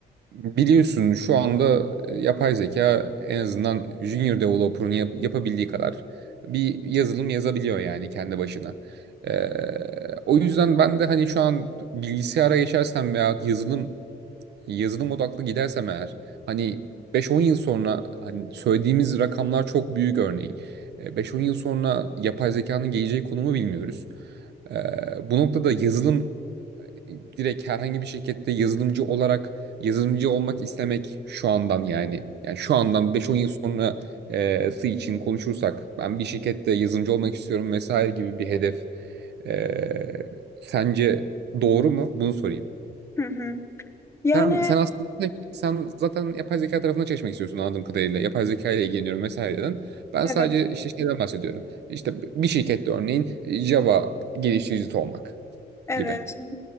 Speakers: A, on the right; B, on the left.
A: biliyorsun şu anda yapay zeka en azından junior developer'ın yap- yapabildiği kadar bir yazılım yazabiliyor yani kendi başına. E, o yüzden ben de hani şu an bilgisayara geçersem veya yazılım yazılım odaklı gidersem eğer hani 5-10 yıl sonra hani söylediğimiz rakamlar çok büyük örneğin. E, 5-10 yıl sonra yapay zekanın geleceği konumu bilmiyoruz. E, Bu noktada yazılım e, direkt herhangi bir şirkette yazılımcı olarak yazılımcı olmak istemek şu andan yani. Yani şu andan 5-10 yıl sonrası için konuşursak ben bir şirkette yazılımcı olmak istiyorum vesaire gibi bir hedef. e, sence doğru mu? Bunu sorayım.
B: Hı hı. hı. Yani
A: Sen, sen aslında şey, sen zaten yapay zeka tarafına çalışmak istiyorsun anladığım kadarıyla. Yapay zeka ile ilgileniyorum vesaireden. Ben
B: evet,
A: sadece işte şeyden bahsediyorum. İşte bir şirkette örneğin Java geliştiricisi olmak
B: evet.
A: gibi.